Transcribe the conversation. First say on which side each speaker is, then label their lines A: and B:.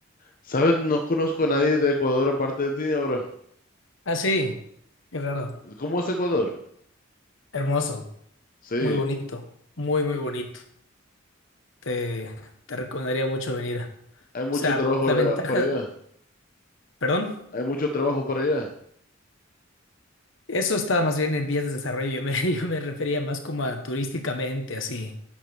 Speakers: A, on the left; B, on the left.
A: ¿Sabes? No conozco a nadie de Ecuador aparte de ti ahora.
B: Ah, sí. Qué raro.
A: ¿Cómo es Ecuador?
B: Hermoso.
A: Sí.
B: Muy bonito. Muy, muy bonito. Te, te recomendaría mucho venir. O
A: Hay mucho
B: sea,
A: trabajo
B: la ventaja.
A: eh, para allá.
B: Perdón.
A: Hay mucho trabajo para allá.
B: Eso estaba más bien en vías de desarrollo. Yo me, <laughs> yo me refería más como a turísticamente, así.